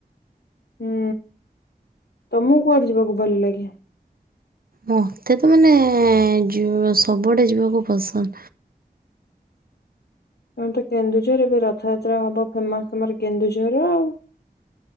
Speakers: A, on the left; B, on the right.
A: ହୁଁ ତମୁକୁ କୁଆଡେ ଯିବାକୁ ଭଲ ଲାଗେ?
B: ମତେ ତ ମାନେ ଯୁ ସବୁଆଡେ ଯିବାକୁ ପସନ୍ଦ।
A: ତମର ତ କେନ୍ଦୁଝର ଏବେ ରଥଯାତ୍ରା ହବ ଫେମସ୍ ତୁମର କେନ୍ଦୁଝରର ଆଉ।